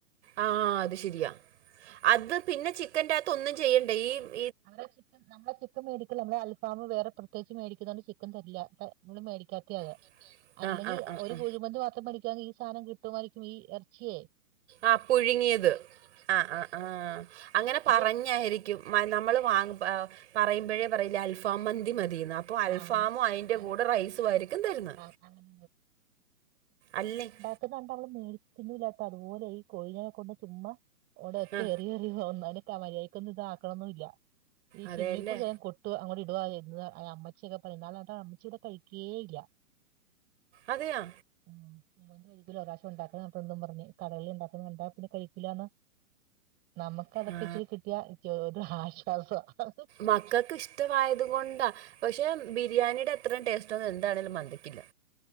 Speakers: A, on the right (about 50°); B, on the right (about 20°).
A: ആഹ് അത് ശരിയാ അത് പിന്നെ ചിക്കന്റാത്ത് ഒന്നും ചെയ്യെണ്ടേ ഈ
B: അവടെ ചിക്കൻ നമ്മൾ ചിക്കൻ മേടിക്കില്ല നമ്മള് അൽഫാം വേറെ പ്രത്യേകിച്ച് മേടിക്കുന്നൊണ്ട് ചിക്കൻ തരില്ല നമ്മള് മേടിക്കാത്ത്യാ അത
A: <inaudible>
B: അല്ലെങ്കി
A: ആ
B: ഒരു
A: ആ.
B: കുഴിമന്തി മാത്രം മേടിക്കാന്നെങ്കി ഈ സാനം കിട്ടുമായിരിക്കും ഈ എറച്ചിയെ
A: ആഹാ പുഴുങ്ങിയത് ആഹാ ആഹാ അങ്ങനെ
B: പക്ഷെ
A: പറഞ്ഞായിരിക്കും. ക്യും നമ്മള് വാങ്ങുബൊ പറയുമ്പഴേ പറയൂലെ അൽഫാമ്മന്തി മതീന്ന് അപ്പോ അൽഫാമും
B: ആ അങ്ങനെ
A: അയിന്റെ- കൂടെ റൈസു ആയിരിക്കും തരുന്നെ.
B: ആ അങ്ങനെ
A: അല്ലെങ്കിൽ,
B: ക്ക്ന്നണ്ട നമ്മള് മേടിച്ച് തിന്നൂല്ലാട്ടാ അതുപോലെ ഈ കോഴിനെ കൊണ്ട് ചുമ്മ അട് ഒറ്റ
A: ആ
B: എറിയ ഒന്ന മര്യാദക്കൊന്നും ഇതാക്കണന്നുല്ല ഈ
A: അതെയല്ലേ
B: ശിമ്മികുറിച്ചെ കൊ ട്ടു അങ്ങോട്ട് ഇടുവാചെയ്യുന്നേ, അമ്മച്ചിക്കെ പറയാ അമ്മച്ചീടെ കഴിക്കേയില്യാ.
A: അതെയോ?
B: ഉം ഇവിടന്ന് കയ്ക്കൂല- ഒരാശംണ്ടാക്കണം പറഞ്ഞിട്ടുണ്ടെന്നും പറഞ്ഞു. കടകളിൽ ഇണ്ടാക്കുന്ന പറഞ്ഞിട്ട് പിന്നെ കഴിക്കില്ലന്ന്. നമുക്ക് അതൊക്കെ
A: ആ
B: ഇച്ചിരി കിട്ടിയ. ഒരാശ്വാസം ആഹാ ആഹാ.. !
A: മക്കൾക്ക് ഇഷ്ടവായതുകൊണ്ടാ പക്ഷേ ബിരിയാണിടെ അത്രേം ടേസ്റ്റൊന്നും എന്താണെലും മന്തിക്കില്ല